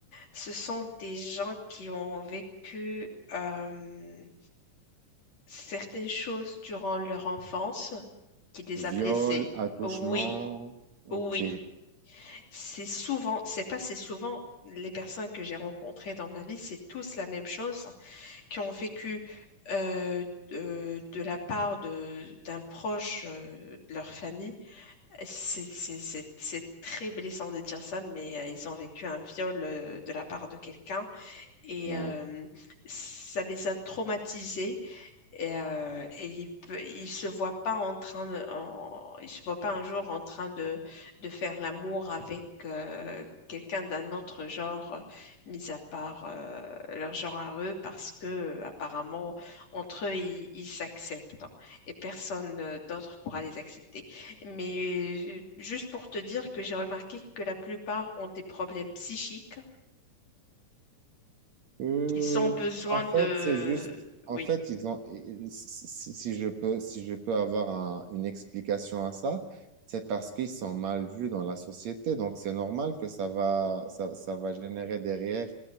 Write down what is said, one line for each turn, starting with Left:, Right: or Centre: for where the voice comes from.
Left: Ce sont des gens qui ont vécu euh, certaines choses durant leur enfance qui les
Right: Viol,
Left: a blessés.
Right: attouchement.
Left: Oui,
Right: OK.
Left: oui. C'est souvent, c'est pas c'est souvent, les personnes que j'ai rencontrées dans ma vie, c'est tous la même chose, hein, qui ont vécu euh, de, de la part de d'un proche euh, de leur famille. C'est c'est- c'est- c'est très blessant de dire ça, mais euh, ils ont vécu un viol euh, de la part de quelqu'un et
Right: Ouais.
Left: euh, ça les a traumatisés. Et, euh, et il peut, il se voit pas en train de, en- il se voit pas un jour en train de, de faire l'amour avec euh, quelqu'un d'un autre genre, euh, mis à part euh, leur genre à eux, parce que euh, apparemment entre eux ils ils s'acceptent hein, et personne euh, d'autre pourra les accepter. Mais euh, juste pour te dire que j'ai remarqué que la plupart ont des problèmes psychiques,
Right: Euh,
Left: qu'ils ont besoin
Right: en fait,
Left: de,
Right: c'est juste, en
Left: oui,
Right: fait, ils ont, ils- si, si- si si je peux, si je peux avoir un- une explication à ça, c'est parce qu'ils sont mal vus dans la société. Donc, c'est normal que ça va, ça, ça va générer derrière